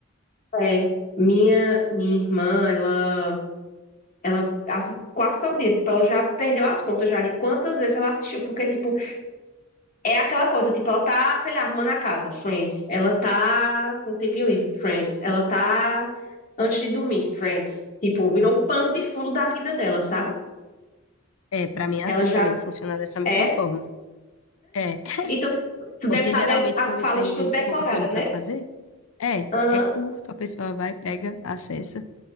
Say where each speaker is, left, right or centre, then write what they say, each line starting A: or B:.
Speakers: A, on the left; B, on the left.
A: É. Minha, minha irmã, ela Ela, assim, quase todo dia, tipo, ela já perdeu as contas já de quantas vezes ela assistiu, porque, tipo, é aquela coisa, tipo, ela tá, sei lá, arrumando a casa, Friends. Ela tá com tempo livre, Friends. Ela tá antes de dormir, Friends. Tipo, virou o pano de fundo da vida dela, sabe?
B: É, pra mim é
A: Ela
B: assim
A: já
B: também, funciona dessa mesma
A: é.
B: forma. É, <laughs>
A: Então, tu deve
B: porque
A: saber
B: geralmente
A: as, as
B: quando
A: falas
B: tem
A: tudo decorada,
B: pouca coisa
A: né?
B: pra fazer, é,
A: Aham.
B: é curto, a pessoa vai, pega, acessa.